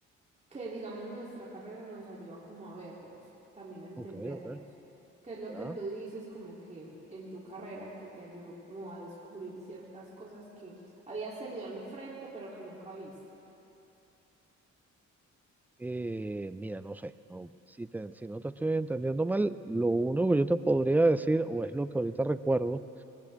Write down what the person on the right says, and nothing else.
que digamos nuestra carrera nos ayuda como a verlos, también a entenderlos.
¿Qué es lo
que tú dices como que en tu carrera que te ayudó como a descubrir ciertas cosas que habías tenido al frente pero que nunca viste?